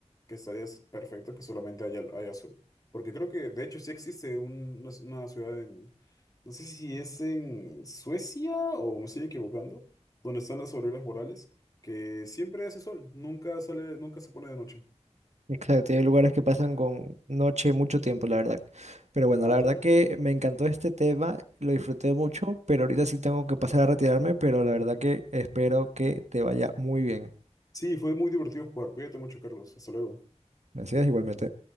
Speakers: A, on the left; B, on the right.
A: que estarías perfecto que solamente haya, haya sol. Porque creo que de hecho sí existe un- una, una ciudad en no sé si es en Suecia o me estoy equivocando, donde están las auroras boreales, que siempre hace sol, nunca sale, nunca se pone de noche.
B: Exacto, y hay lugares que pasan con noche mucho tiempo, la verdad. Pero bueno,
A: Ah,
B: la verdad
A: también.
B: que me encantó este tema, lo disfruté mucho, pero ahorita sí tengo que pasar a retirarme, pero la verdad que espero que te vaya muy bien.
A: Sí, fue muy divertido jugar. Cuídate mucho, Carlos. Hasta luego.
B: Gracias, igualmente.